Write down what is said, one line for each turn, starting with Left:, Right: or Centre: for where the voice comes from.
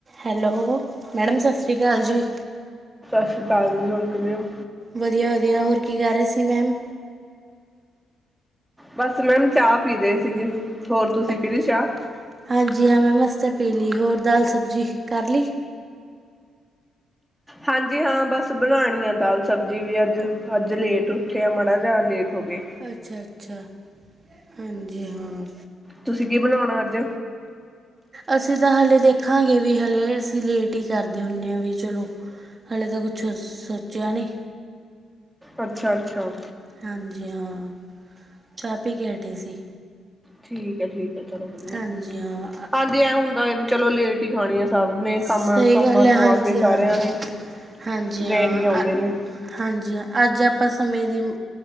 Right: ਹੈਲੋ ਮੈਡਮ ਸਤਿ ਸ਼੍ਰੀ ਕਾਲ ਜੀ
Centre: ਤਾਂ ਵੀ ਹੋਰ ਕਿਵੇਂ ਹੋ?
Right: ਵਧੀਆ ਵਧੀਆ ਹੋਰ ਕੀ ਕਰ ਰਹੇ ਸੀ ਮੈਮ
Centre: ਬਸ ਮੈਮ ਚਾਹ ਪੀ ਰਹੇ ਸੀਗੇ ਹੋਰ ਤੁਸੀਂ
Right: ਅੱਛ
Centre: ਪੀ ਲਈ ਚਾਹ
Right: ਹਾਂਜੀ ਹਾਂ ਮੈਂਮਸ ਅਸੀ ਤੇ ਪੀਲੀ ਹੋਰ ਦਾਲ ਸਬਜ਼ੀ ਕਰ ਲਈ?
Centre: ਹਾਂਜੀ ਹਾਂ ਬਸ ਬਣਾਉਣੀ ਆ ਦਾਲ ਸਬਜ਼ੀ ਵੀ ਅੱਜ ਅੱਜ ਲੇਟ ਉੱਠੇ ਆ ਮਾੜਾ ਜ ਲੇਟ ਹੋ ਗਏ
Right: ਅੱਛਾ ਅੱਛਾ ਹਾਂਜੀ ਹਾਂ
Centre: ਤੁਸੀਂ ਕੀ ਬਣਾਉਣਾ ਅੱਜ
Right: ਅਸੀਂ ਤਾਂ ਹਲੇੇ ਦੇਖਾਂਗੇ ਵੀ ਹਲੇੇ ਅਸੀਂ ਲੇਟ ਹੀ ਕਰਦੇ ਹੁੰਦੇ ਹ ਵੀ ਚਲੋ ਹਲੇ ਤਾਂ ਕੁਛ ਸੋਚਿਆ ਨੀ
Centre: ਅੱਛਾ ਅੱਛਾ
Right: ਹਾਂਜੀ ਹਾਂ ਚਾਬੀ ਗੇਰ ਦੀ ਸੀ
Centre: ਠੀਕ ਹੈ ਠੀਕ ਹੈ ਚਲੋ ਵਧੀਆ
Right: ਹਾਂਜੀ ਹਾਂ ਅ
Centre: ਹਾਂਜੀ ਐ ਹੁੰਦਾ ਹੈ ਵੀ ਚਲੋ ਲੇਟ ਹੀ ਖਾਣੀ ਆ ਸਭ ਨੇ ਕੰਮ
Right: ਸਹੀ
Centre: ਕੰਮਾਂ
Right: ਗੱਲ ਹੈ
Centre: ਤੋਂ
Right: ਹਾਂਜੀ
Centre: ਆ ਕੇ
Right: ਹਾਂ
Centre: ਸਾਰਿਆਂ ਨੇ
Right: ਹਾਂਜੀ
Centre: ਲੇਟ
Right: ਹਾਂ
Centre: ਹੀ ਆਉਂਦੇ
Right: ਅ
Centre: ਨੇ
Right: ਹਾਂਜੀ ਅੱਜ ਆਪਾਂ ਸਮੇਂ ਦੀ